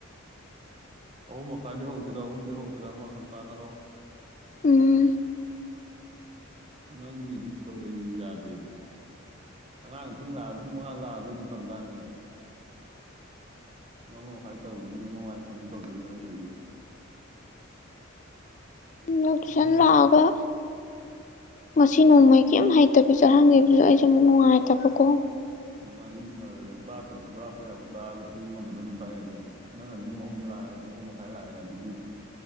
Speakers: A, on the right (about 30°); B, on the left (about 35°).
A: ꯑꯍꯨꯝ ꯃꯈꯥꯏꯗꯩ ꯍꯧꯖꯤꯔꯥ ꯑꯍꯨꯝꯗ ꯍꯧꯖꯤꯔꯥ ꯑꯃ ꯇꯥꯅꯔꯣ
B: ꯎꯝ
A: ꯅꯪꯒꯤ ꯑꯗꯨ ꯈꯨꯇꯧꯗꯧ ꯌꯥꯗꯦꯅꯦ ꯑꯉꯥꯡ ꯑꯊꯦꯛ ꯂꯥꯛꯑ ꯄꯨꯡ ꯃꯉꯥ ꯂꯥꯛꯑ ꯑꯗꯨꯝ ꯇꯝ ꯇꯥꯅꯤꯅꯦ ꯄꯨ ꯑꯃ ꯃꯈꯥꯏ ꯇꯧꯔꯤꯅꯤ ꯑꯗꯨꯪ ꯃꯃꯗ ꯍ ꯑꯗꯨ ꯇꯧꯗꯣꯛꯏꯕ ꯅꯪ ꯇꯧꯏꯖꯦ
B: ꯂꯛꯁꯟ
A: ꯑꯍꯨꯝ
B: ꯂꯥꯛꯑꯒ ꯉꯁꯤ ꯅꯣꯡꯃꯩ ꯀꯦꯝ ꯍꯩꯇꯕꯤ ꯆꯠꯍꯟꯒꯤꯕꯗꯖꯨ ꯑꯩꯁꯦꯦ ꯑꯃꯨꯛ ꯅꯨꯡꯉꯥꯏꯇꯕꯀꯣ
A: ꯅꯨꯡꯉꯥꯏꯒꯦ ꯅꯨꯡꯉꯥꯏꯔꯣꯢꯒꯦꯔ ꯇꯥꯛꯀ ꯇꯥꯛꯄ ꯌꯥꯕ ꯇꯥꯛꯑꯒ ꯄꯨꯡ ꯑꯃꯗ ꯑꯗꯨꯝ ꯇꯌꯥꯏ ꯀꯩꯅꯣ ꯅꯪꯗꯤ ꯄꯨꯡ ꯑꯍꯨꯝꯗ ꯂꯥꯛꯑꯦ ꯄꯨꯡ ꯑꯍꯨꯝ ꯃꯈꯥꯏ ꯂꯥꯛꯑꯦ ꯑꯗꯨꯗꯤ